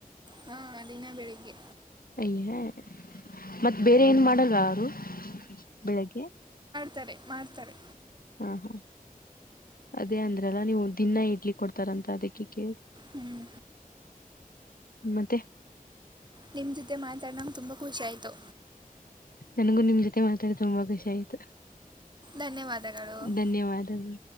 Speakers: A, on the right (about 30°); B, on the left (about 75°).
A: ಹಾ ದಿನ ಬೆಳಿಗ್ಗೆ.
B: ಅಯ್ಯ ಮತ್ತ ಬೇರೆ ಏನ್ ಮಾಡಲ್ವಾ ಅವರು? ಬೆಳಿಗ್ಗೆ,
A: ತಾರೆ ಮಾಡ್ತಾರೆ.
B: ಹಾ ಹಾ ಅದೇ ಅಂದ್ರಲ್ಲ ನೀವು ದಿನಾ ಇಡ್ಲಿ ಕೊಡ್ತಾರಂತ ಅದಕ್ಕೆ ಕೇಳ.
A: ಹ್ಮ್.
B: ಮತ್ತೆ,
A: ನಿಮ್ಮ ಜೊತೆ ಮಾತಾಡ ನಂಗ ತುಂಬಾ ಖುಷ ಆಯ್ತು.
B: ನನಗೂ ನಿಮ್ ಜೊತೆ ಮಾತಾಡ ತುಂಬಾ ಖುಷಿ ಆಯ್ತು.
A: ಧನ್ಯವಾದಗಳು
B: ಧನ್ಯವಾದಗಳು.